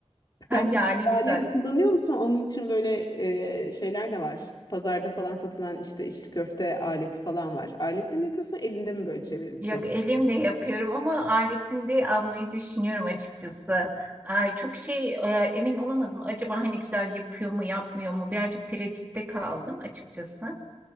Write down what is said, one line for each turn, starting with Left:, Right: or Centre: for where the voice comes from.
Left: Sen peki
Right: Yani
Left: alet
Right: güzel.
Left: kullanıyor musun? Onun için böyle e, şeyler de var. Pazarda falan satılan işte içli köfte aleti falan var. Aletle mi yapıyorsun? Elinde mi böyle çevir
Right: Yok
Left: çevir?
Right: elimle yapıyorum ama aletini de almayı düşünüyorum açıkçası. Ay, çok şey e, emin olamadım. Acaba hani güzel yapıyor mu yapmıyor mu? Birazcık tereddütte kaldım açıkçası.